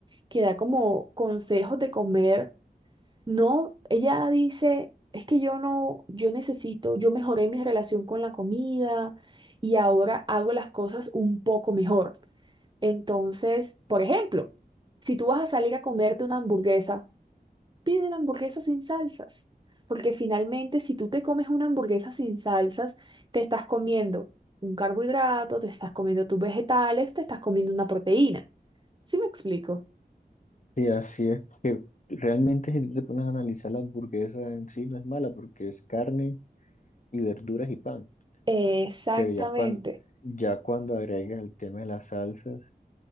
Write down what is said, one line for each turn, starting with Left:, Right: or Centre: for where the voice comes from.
Right: que da como consejos de comer No, ella dice, es que yo no, yo necesito, yo mejoré mi relación con la comida y ahora hago las cosas un poco mejor. Entonces, por ejemplo, si tú vas a salir a comerte una hamburguesa, pide la hamburguesa sin salsas, porque finalmente si tú te comes una hamburguesa sin salsas, te estás comiendo un carbohidrato, te estás comiendo tus vegetales, te estás comiendo una proteína. ¿Sí me explico?
Left: y así es. Que realmente si tú te pones a analizar la hamburguesa en sí no es mala porque es carne y verduras y pan.
Right: Exactamente.
Left: Pero ya cuando, ya cuando agregas el tema de las salsas,